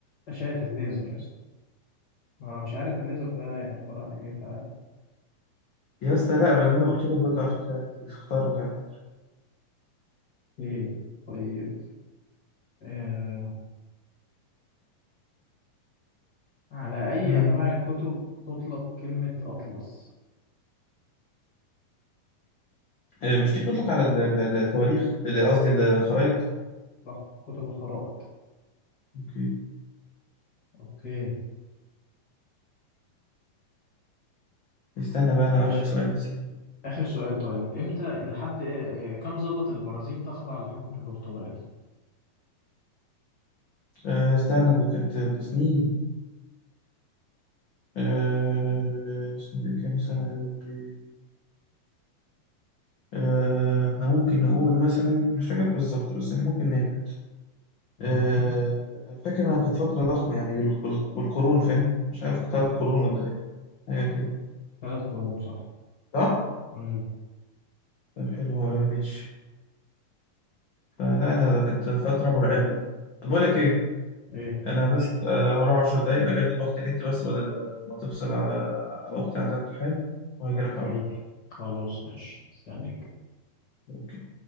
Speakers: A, on the left; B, on the left.
A: أشعة الليزر يا اسطى ما أنا مش عارف الليزر ده يعني عبارة عن إيه ف
B: يا اسطى لا ما اللي انا قلت لك برضه على فكره عادي اختارك عادي
A: إيه طيب آه... على أي
B: امم
A: أنواع الكتب تطلق كلمة أطلس؟
B: آه، مش دي بتطلق على ال- ال- ال- التواريخ اللي قصدي الخرايط
A: صح كتب الخرائط
B: اوكي
A: أوكي
B: استنى بقى انا
A: ماشي
B: اقول لك سؤال يا سيدي.
A: آخر سؤال طيب إمتى لحد آه... آه، كم ظلت البرازيل تخضع لحكم البرتغال؟
B: آه، استنى دي كانت ده سنين آه، اسمه ايه كام سنه يا ربي آه، احنا ممكن نقول مثلا مش فاكر بالظبط بس احنا ممكن نهبط
A: مهم.
B: آه، فاكر انها كانت فتره ضخمه يعني بال- بال- بالقرون فاهم مش عارف ثلاث قرون ولا ايه حاجه كده
A: ثلاث قرون صح
B: صح
A: مم.
B: طب حلو ما بهبطش فلا انا ده كانت فتره مرعبه طب بقول لك ايه
A: ايه
B: انا بس آه، هروح عشر دقايق اجدد باقة النت بس بدل ما تفصل على على اختي عندها امتحان وهجي
A: اوكي
B: لك على طول
A: خلاص ماشي استنيك
B: اوكي